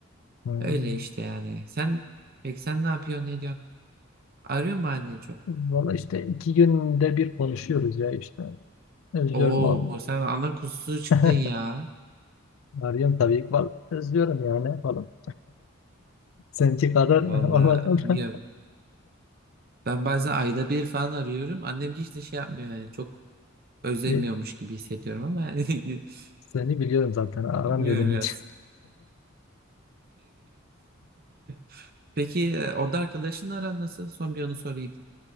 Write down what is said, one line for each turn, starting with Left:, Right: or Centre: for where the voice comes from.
Left: Hı.
Right: Öyle işte yani. Sen peki sen ne yapıyorsun ne diyorsun? Arıyor mu annen çok?
Left: Valla işte iki günde bir konuşuyoruz ya işte. Özlüyorum
Right: Oo
Left: onu.
Right: sen ana kuzusu çıktın
Left: <laughs>
Right: ya.
Left: Arıyorum tabii ki. Vallahi özlüyorum ya ne yapalım. Seninki kadar <laughs>
Right: Valla
Left: olmasa
Right: bilmiyorum.
Left: da.
Right: Ben bazen ayda bir falan arıyorum. Annem hiç de şey yapmıyor yani. Çok özlemiyormuş
Left: E,
Right: gibi hissediyorum ama yani <laughs>
Left: seni biliyorum zaten. Aramıyordun
Right: bilmiyorum ya.
Left: hiç.
Right: <laughs> Peki e, oda arkadaşınla aran nasıl? Son bir onu sorayım.